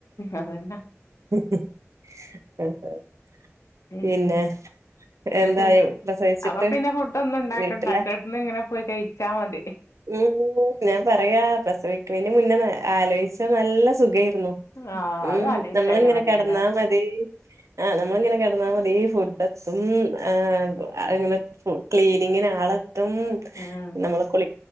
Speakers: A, on the left; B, on the right.
A: അതന്ന
B: <unintelligible>
A: ഉം
B: പിന്നെ എന്തായി
A: ട്ട്
B: പ്രസവിച്ചിട്ട്
A: അപ്പൊ പിന്നെ ഫുഡൊന്നും ഉണ്ടാക്കണ്ടാ
B: വീട്ടില
A: കെടുന്ന് ഇങ്ങനെ പോയി കയിച്ചാ മതി
B: <unintelligible> ഞാൻ പറയാ പ്രസവിക്കണതിന് മുന്നേ ആലോചിച്ച നല്ല സുഖായിരുന്നു
A: ആഹ്
B: ഉം
A: അത് ആലോചിക്കാ
B: നമ്മളിങ്ങന
A: ചെയ്യണല്ലേല്ലേ
B: കെടന്നാ മതി ആഹ് നമ്മളിങ്ങനെ കെടന്നാ മതി ഫുഡൊക് ത്തും ആഹ് അങ്ങനെ ക്ലീനിങ്ങിനാളെത്തും
A: ഉം
B: നമ്മള് കുളി